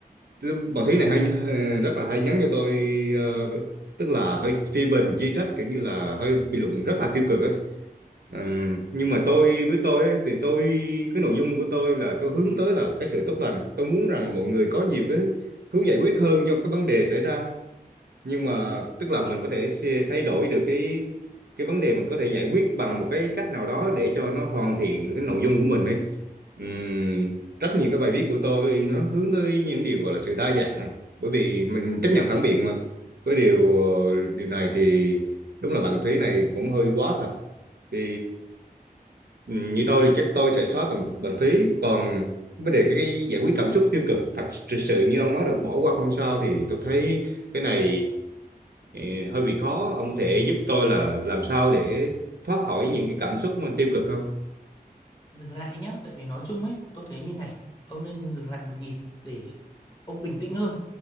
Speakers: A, on the right; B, on the left.
A: Tức- Bà Thúy này hơi hơi- rất là hay nhắn cho tôi ờ, tức là hơi phê bình chỉ trách kiểu như là hơi bình luận rất là tiêu cực ấy Ừm, nhưng mà tôi với tôi ấy, thì tôi cái nội dung của tôi là tôi hướng tới là cái sự tốt lành tôi muốn rằng mọi người có nhiều cái hướng giải quyết hơn cho cái vấn đề xảy ra nhưng mà tức là mình có thể xê- thay đổi được cái cái vấn đề mình có thể giải quyết bằng một cái cách nào đó để cho nó hoàn thiện cái nội dung của mình đi Ừm, rất nhiều cái bài viết của tôi nó hướng tới những điều gọi là sự đa dạng bởi vì mình chấp nhận phản biện mà với điều điều này thì đúng là bạn Thúy này cũng hơi quá thật thì Ừ, như tôi thì chắc tôi sẽ xóa bằng bằng phí còn vấn đề cái, cái giải quyết cảm xúc tiêu cực thật sự như ông nói là bỏ qua không sao thì tôi thấy cái này ừ, hơi bị khó ông có thể giúp tôi là làm sao để thoát khỏi những cái cảm xúc mà tiêu cực không
B: dừng lại nhé tại vì nói chung ấy tôi thấy như này ông nên dừng lại một nhịp để ông bình tĩnh hơn